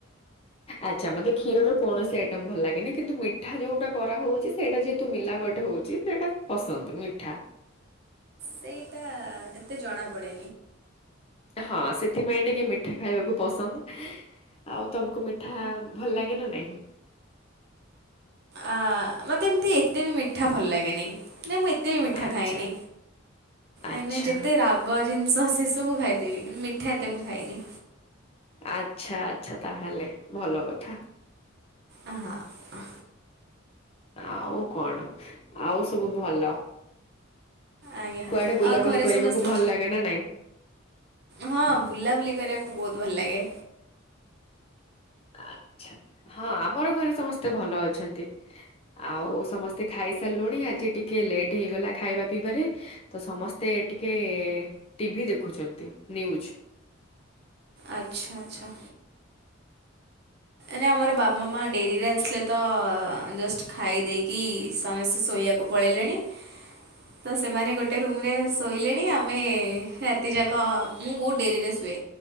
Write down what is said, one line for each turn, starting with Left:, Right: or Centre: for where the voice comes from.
Left: ଆଚ୍ଛା ମତେ କ୍ଷୀର ର କୌଣସି ଆଇଟମ ଭଲ ଲାଗେନି। କିନ୍ତୁ ମିଠା ଯୋଉଟା କରା ହଉଚି ସେଇଟା ଯେହେତୁ ମିଲା ବଟ ହଉଚି ସେଟା ପସନ୍ଦ ମିଠା।
Right: ସେଇଟା ଏତେ ଜଣା ପଡେ
Left: ହଁ ସେଥିପାଇଁ ଟିକେ ମିଠା ଖାଇବାକୁ ପସନ୍ଦ। ଆଉ ତମକୁ ମିଠା ଭଲ ଲାଗେ ନା ନାହିଁ?
Right: ଆ ମତେ ଏମତି ଏତେ ବି ମିଠା ଭଲ ଲାଗେନି। ନାଇଁ ମୁଁ ଏତେ ବି ମିଠା
Left: ଆଚ୍ଛା
Right: ଖାଏନି।
Left: ଆଚ୍ଛା
Right: ଏ ନାଇଁ ଯେତେ ରାଗ ଜିନିଷ ସେ ସବୁ ଖାଇଦେବି। କିନ୍ତୁ ମିଠା ଏତେ ମୁଁ ଖାଇନି।
Left: ଆଚ୍ଛା ଆଚ୍ଛା ତାହାଲେ ଭଲ କଥା।
Right: ଆ ହଁ।
Left: ଆଉ କଣ ଆଉ ସବୁ ଭଲ।
Right: ଆଜ୍ଞା
Left: କୁଆଡେ ବୁଲାବୁଲି
Right: ଆଉ ଘରେ
Left: କରିବାକୁ
Right: ସମସ୍ତେ।
Left: ଭଲ ଲାଗେ ନା ନାଇଁ?
Right: ହଁ ବୁଲାବୁଲି କରିବାକୁ ବହୁତ ଭଲ ଲାଗେ।
Left: ଆଚ୍ଛା। ହଁ ଆମର ଘରେ ସମସ୍ତେ ଭଲ ଅଛନ୍ତି। ଆଉ ସମସ୍ତେ ଖାଇସାରିଲୁଣି। ଆଜି ଟିକେ ଏ ଲେଟ୍ ହେଇଗଲା ଖାଇବା ପିଇବାରେ ତ ସମସ୍ତେ ଟିକେ ଟିଭି ଦେଖୁଚନ୍ତି। ନ୍ୟୁଜ।
Right: ଆଚ୍ଛା ଆଚ୍ଛା। ନାଇଁ ଆମର ବାବା ମାଆ ଡେରିରେ ଆସିଲେ ତ ଜଷ୍ଟ ଖାଇ ଦେଇକି ସମସ୍ତେ ଶୋଇ ଆକୁ ପଳେଇଲେଣି। ତ ସେମାନେ ଗୋଟେ ରୁମରେ ଶୋଇଲେଣି। ଆମେ ରାତି ଯାକ ମୁଁ ବହୁତ ଡେରିରେ ଶୁଏ।